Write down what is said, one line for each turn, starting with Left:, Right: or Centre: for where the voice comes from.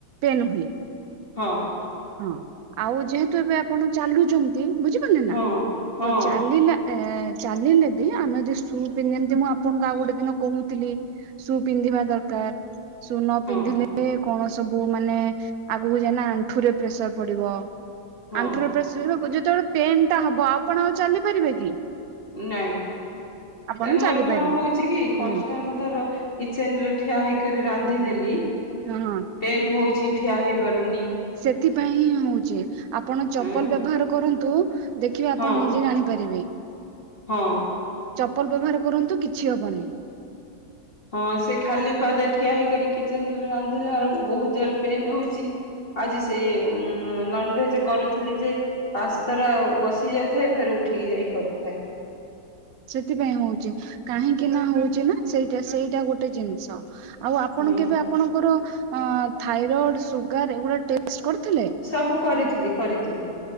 Right: ପେନ୍ ହୁଏ।
Left: ହଁ।
Right: ହଁ, ଆଉ ଯେହେତୁ ଏବେ ଆପଣ ଚାଲୁଛନ୍ତି। ବୁଝିପାରିଲେ
Left: ହଁ
Right: ନା,
Left: ହଁ ହଁ
Right: ତ ଚାଲିଲା ଏ ଚାଲିଲେ ବି ଆମେ ଯେ ସୁ ପି, ଯେମିତି ମୁଁ ଆପଣଙ୍କୁ ଆଉ ଗୋଟେ ଦିନ କହୁଥିଲି। ସୁ ପିନ୍ଧିବା ଦରକାର। ସୁ ନ
Left: ହଁ
Right: ପିନ୍ଧିଲେ କଣ ସବୁ ମାନେ, ଆଗକୁ ଯାଇନା ଆଣ୍ଠୁରେ ପ୍ରେସର ପଡିବ।
Left: ହଁ
Right: ଆଣ୍ଠୁ ରେ ପ୍ରେସର <unintelligible> ଯେତେବେଳେ ପେନ୍ ଟା ହବ, ଆପଣ ଆଉ ଚାଲି ପାରିବେ କି?
Left: ନାଇଁ,
Right: ଆପଣ
Left: ମୋର
Right: ଚାଲି
Left: କଣ
Right: ପାରିବେ
Left: ହଉଛି କି କନଷ୍ଟାନ୍
Right: ହୁଁ
Left: ଧର କିଚେନ୍ ରେ ଠିଆ ହେଇକରି ରାନ୍ଧିଦେଲି।
Right: ହଁଁ।
Left: ପେନ୍ ହଉଛି ଠିଆ ହେଇପାରୁନି।
Right: ସେଥିପାଇଁ ହିଁ ହଉଛି। ଆପଣ ଚପଲ
Left: ଉଁ
Right: ବ୍ୟବହାର କରନ୍ତୁ ଦେଖିବେ ଆପଣ
Left: ହଁ
Right: ନିଜେ ଜାଣିପାରିବେ।
Left: ହଁ।
Right: ଚପଲ ବ୍ୟବହାର କରନ୍ତୁ, କିଛି ହବନି।
Left: ହଁ, ସେ ଖାଲି ପାଦେ ଠିଆ ହେଇକି କିଚେନ୍ ରେ ରାନ୍ଧିଲା ଅଳକୁ ବହୁତ ଜୋର ପେନ୍ ହଉଚି। ଆଜି ସେ ନନ୍ ଭେଜ କରୁଥିଲି ଯେ ପାଞ୍ଚ ଥର ବସି ଯାଉଥାଏ। ଫେରେ ଉଠିକି ଯାଇକି କରୁଥାଏ।
Right: ସେଥିପାଇଁ ହଉଚି। କାହିଁକି ନା ହଉଚି ନା ସେଇଟା ସେଇଟା ଗୋଟେ ଜିନିଷ। ଆଉ, ଆପଣ
Left: ହଁ
Right: କେବେ ଆପଣଙ୍କର ଥାଇରଡ୍, ସୁଗାର ଏଗୁଡା ଟେଷ୍ଟ କରିଥିଲେ?
Left: ସବୁ କରିଥିଲି କରିଥିଲି।